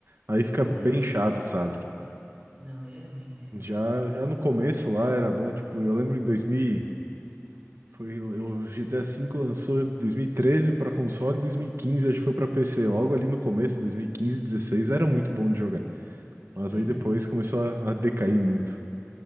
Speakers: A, on the right (about 60°); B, on the right (about 30°).
A: Aí fica
B: não,
A: bem
B: aí é foda.
A: chato, sabe?
B: Não, aí é ruim, aí é fogo.
A: Já, já no começo lá era bom, tipo, eu lembro em 2000. e- Foi, o GTA V lançou em 2013 para console, 2015 acho que foi para PC. Logo ali no começo, 2015, 16, era muito bom de jogar. Mas
B: Uhum.
A: aí depois começou a, a decair muito.